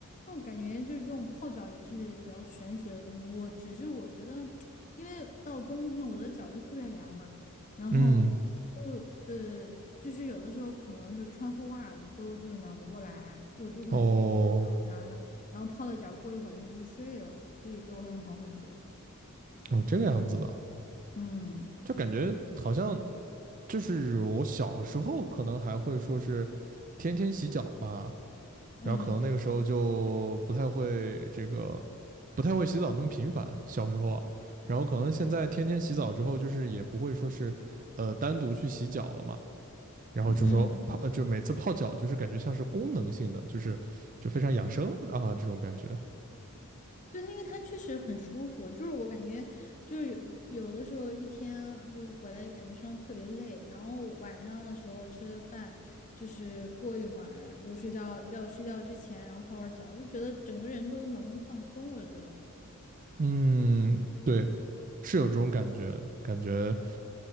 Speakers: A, on the left (about 35°); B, on the right (about 35°).
A: 那我感觉就是这种泡脚也是比较玄学的东西。我只是我觉得，因为到冬天我的脚就特别凉嘛，然后
B: 嗯，
A: 就呃，就是有的时候可能就穿厚袜子都就是暖不过来，我就会就是泡泡脚啥的，
B: 哦
A: 然后泡了脚过一会儿就去睡了，所以就会好很多。
B: 哦，这个样子的，
A: 嗯
B: 就感觉好像就是我小时候可能还会说是天天洗脚嘛，
A: 嗯
B: 然后可能那个时候就不太会这个不太会洗澡那么频繁，小时候啊，然后可能现在天天洗澡之后，就是也不会说是呃单独去洗脚了嘛。然后就说泡，
A: 嗯。嗯
B: 呃就每次泡脚就是感觉像是功能性的，就是就非常养生啊这种感觉。
A: 对它，因为它确实很舒服，就是我感觉，就是有有的时候一天就是回来就感觉身上特别累，然后晚上的时候吃了饭，就是过一会儿就睡觉，要睡觉之前，然后泡会儿澡，就觉得整个人都能放松。我觉得，
B: 嗯，对，是有这种感觉，感觉